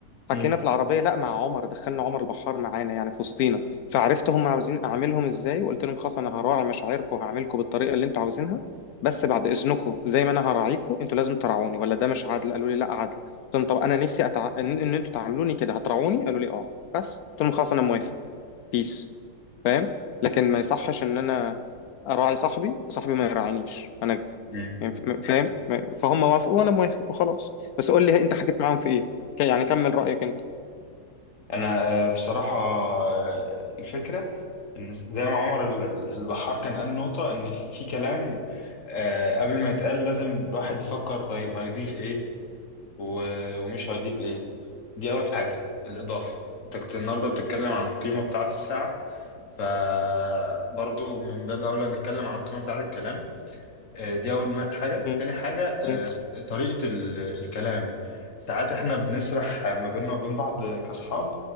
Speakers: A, on the left; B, on the left.
A: حكينا
B: مم.
A: في العربيه لا مع عمر دخلنا عمر البحار معانا يعني في وسطينا فعرفت هم عاوزين اعملهم ازاي وقلت لهم خلاص انا هراعي مشاعركم وهعملكم بالطريقه اللي انتوا عاوزينها بس بعد اذنكم زي ما انا هراعيكم انتوا لازم تراعوني ولا ده مش عادل قالوا لي لا عادل قلت لهم طب انا نفسي أتع... ان إن انتوا تعاملوني كده هتراعوني قالوا لي اه بس قلت لهم خلاص انا موافق بيس فاهم لكن ما يصحش ان انا اراعي صاحبي صاحبي ما يراعينيش انا
B: مم.
A: يعني ف- فاهم فهم وافقوا وانا موافق وخلاص بس قول لي انت حكيت معاهم في ايه ك- يعني كمل رايك انت
B: انا آه، بصراحة آه، الفكرة إن زي ما عمر ال- ال- البحار كان قال نقطة إن في في كلام آه، قبل ما يتقال لازم الواحد يفكر طيب هيضيف إيه و- ومش هيضيف إيه دي أول حاجة الإضافة أنت كنت النهاردة بتتكلم عن القيمة بتاعة الساعة فبرضو من باب أولى نتكلم عن القيمة بتاعة الكلام آه، دي أول ما- حاجة
A: مم.
B: تاني حاجة آه،
A: مم.
B: ط- طريقة ال- الكلام ساعات إحنا بنسرح ما بيننا وبين بعض كأصحاب